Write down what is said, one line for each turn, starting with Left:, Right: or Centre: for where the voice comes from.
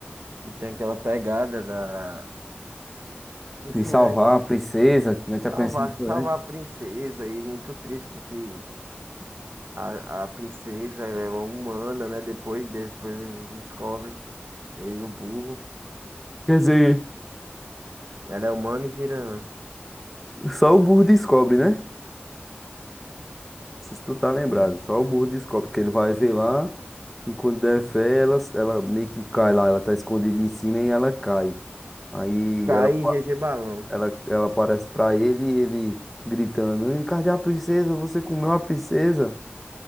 Right: que tem aquela pegada da... do Shrek
Centre: de salvar a princesa, que nós tá
Right: salvar,
Centre: conhecendo isso
Right: salvar
Centre: antes.
Right: a princesa, e muito triste com que a, a princesa é humana, né? Depois, depois eles descobrem ele, o burro.
Centre: Quer dizer,
Right: Ela é humana e vira.
Centre: só o burro descobre, né? Não sei se tu tá lembrado.
Right: Sim.
Centre: Só o burro descobre, que ele vai ver lá e quando der fé, ela, ela meio que cai lá. Ela tá escondida em cima e ela cai. Aí
Right: Cai
Centre: ela,
Right: GG Balão.
Centre: ela, ela aparece pra ele e ele gritando: Cadê a princesa? Você comeu a princesa?